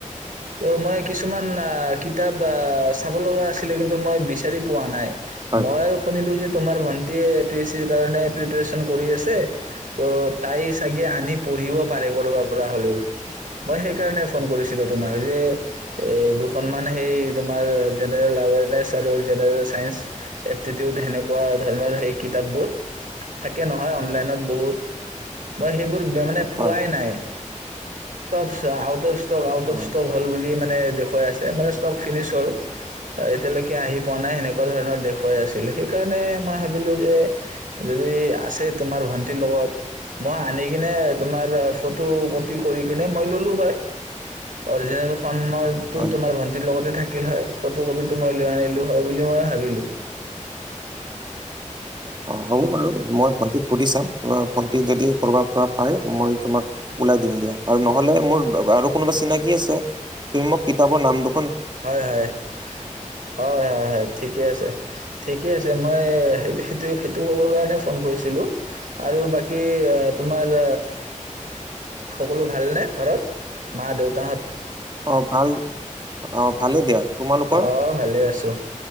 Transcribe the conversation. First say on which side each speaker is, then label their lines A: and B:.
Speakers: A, on the right; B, on the right.
A: ত' মই কিছুমান, আহ, কিতাপ, আহ, চাব লগা আছিলে কিন্তু তো মই বিচাৰি পোৱা নাই।
B: হয়
A: মই শুনিলোঁ যে তোমাৰ ভন্টিয় এ পি এছ চিৰ কাৰণে প্ৰিপৰেচন কৰি আছে ত' তাই চাগে আনি পঢ়িব পাৰে কৰবাৰ পৰা হ'লেও। মই সেইকাৰণে ফোন কৰিছিলোঁ তোমাক যে এহ দুখনমান সেই তোমাৰ জেনেৰেল আৱেৰ <unintelligible> আৰু জেনেৰেল চাইঞ্চ এপটিটিউড সেনেকুৱা ধৰণৰ সেই কিতাপবোৰ থাকে নহয় অনলাইনত বহুত, মই সেইবোৰ ত মানে
B: হয়
A: পোৱাই নাই। Stuffs out of stock, out
B: uh
A: of stock হ'ল বুলি মানে মে দেখুৱাই আছে মানে ষ্টক ফিনিছ হ'ল, এহ এতিয়ালৈকে আহি পোৱা নাই সেনেকুৱা ধৰণৰ দেখুৱাই আছিল সেইকাৰণে মই ভাবিলোঁ যে, যদি আছে তোমাৰ ভন্টিৰ লগত মই আনি কিনে তোমাৰ ফটো কপি কৰি কিনে মই ল'লো হয়, অৰিজিনেলখন অ',
B: হয়
A: তোমাৰ ভন্টিৰ লগতে থাকিল হয়, ফটো কপিত লৈ আনিলো হয়, বুলি মই ভাবিলোঁ।
B: অ', হ'ব বাৰু মই ভন্তিক সুধি চাম ভন্টি যদি ক'ৰবাৰ পৰা পাই মই তোমাক ওলাই দিম দিয়া আৰু নহ'লে মোৰ কোনোবা চিনাকি আছে তুমি মোক কিতাপৰ নাম দু
A: হয়, হয়, হয়, হয়, হয় ঠিকে আছে, ঠিকে আছ মই সেই-সেইটো, সেইটো ক'বৰ কাৰণে ফোন কৰিছিলো আৰু বাকী তোমাৰ সকলো ভালনে ঘৰত মা দেউতাহঁত?
B: অ', ভাল অ', ভালেই দিয়া। তোমালোকৰ
A: অ', ভালে আছো,